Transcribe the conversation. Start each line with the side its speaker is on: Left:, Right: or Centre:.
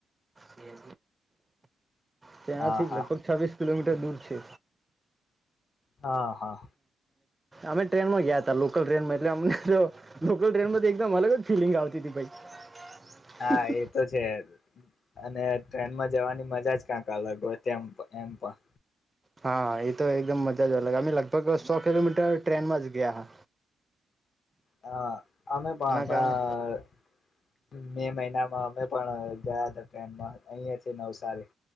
Right: છેે. ત્યાંથીજ,
Left: હા હા
Right: લગભગ છવ્વીસ કિલોમીટર. તે દૂર છે.
Left: હા, હા.
Right: અમે ટ્રેનમાં ગયા હતા, લોકલ ટ્રેન માં એટલે અમને તો લોકલ ટ્રેનમાં. મને જ ફિલિંગ આવતી હતી ભઈ.
Left: હા એ તો છે અને ટ્રેનમાં જવાની મજા જ ક્યાંક અલગ હોય તેમ એમ પણ.
Right: હા, એ તો એકદમ મજા જ અલગ, અમે લગભગ સો કિલોમીટર ટ્રેનમાં જ ગયા.
Left: હા આમે પા
Right: એના
Left: હમણાં.
Right: કારણે
Left: મે મહિના માં અમે પણ. પણ ગયા તો ટ્રેનમાં હતા, અહીં થી નવસારી.